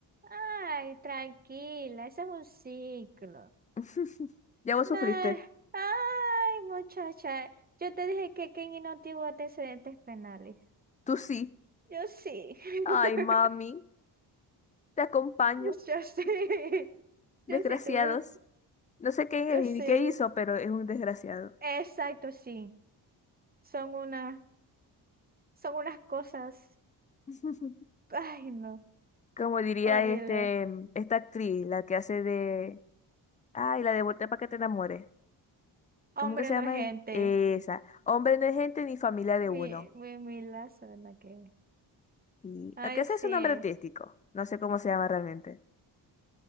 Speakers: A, on the right (about 20°); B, on the left (about 15°).
A: Ay, tranquila, ese es un ciclo.
B: <laughs> Ya vos
A: No,
B: sufriste.
A: ay, muchacha, yo te dije que Kenny no tiene antecedentes penales.
B: Tú sí.
A: Yo sí. <laughs>
B: Ay, mami, te acompaño.
A: Yo sí, <laughs>
B: Desgraciados.
A: yo sí tuve,
B: No sé qué
A: yo
B: es ni
A: sí.
B: qué hizo, pero es un desgraciado.
A: Exacto, sí. Son una, son unas cosas,
B: <laughs>
A: ay no,
B: Como diría
A: horrible.
B: este, esta actriz, la que hace de... Ay, la de Voltea para que te enamores.
A: Hombre
B: ¿Cómo que se
A: no
B: llama?
A: es gente.
B: Esa. Hombre no es gente ni familia de
A: Mi,
B: uno.
A: mi, mi lazo, ¿verdad que?
B: Y,
A: Ay,
B: aunque ese
A: sí.
B: es su nombre artístico, no sé cómo se llama realmente.